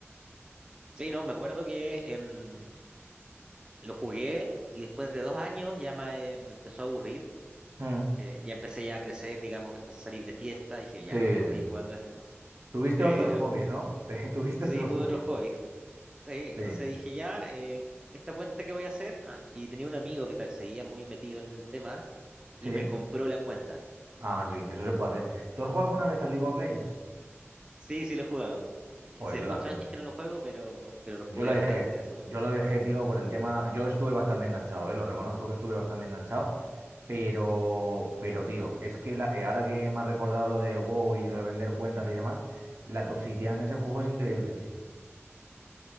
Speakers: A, on the right (about 20°); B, on the right (about 60°).
A: Sí, no, me acuerdo que em, lo jugué y después de dos años ya me, eh, me empezó a aburrir.
B: mm,
A: eh, ya empecé ya a crecer, digamos que empecé a salir de fiesta. Dije, ya
B: Sí,
A: no puedo
B: sí.
A: seguir jugando esto.
B: Tuviste
A: Eh,
B: otros
A: em,
B: hobbies, ¿no? <laughs> Tuviste
A: sí,
B: otros
A: tuve
B: hobbies.
A: otros hobbies. sí,
B: Sí,
A: entonces dije, ya, eh, ¿esta cuenta qué voy a hacer? Ah, y tenía un amigo que ta- seguía muy metido en el tema y
B: sí.
A: me compró la cuenta.
B: Ah, sí, eso se puede hacer. ¿Tú has jugado alguna vez al League of Legends?
A: Sí, sí lo he jugado. Y
B: Pues
A: Hace
B: yo
A: muchos
B: también.
A: años que no lo juego, pero, pero lo
B: Yo
A: jugué
B: lo dejé.
A: bastante en su momento.
B: Yo lo dejé, tío, por el tema. Yo estuve bastante enganchado, ¿eh? Lo reconozco que estuve bastante enganchado. Pero, pero tío, es que la- eh, ahora que me has recordado lo del WoW y lo de vender cuentas y demás, la toxicidad en ese juego es increíble, tío.